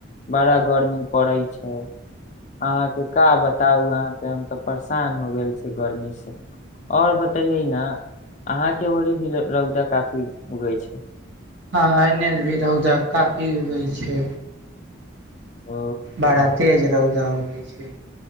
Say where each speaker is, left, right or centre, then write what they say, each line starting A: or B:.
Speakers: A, on the left; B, on the right.
A: बड़ा गर्मी पड़ै छै अहाँके का बताउ अहाँके हम तऽ परेशान हो गेल छै गर्मीसँ आओर बतैयै ने अहाँके ओरी भी रौदा काफी उगै छै
B: हँ एने भी रौदा काफी उगै छै
A: ओ
B: बड़ा तेज रौदा उगै छै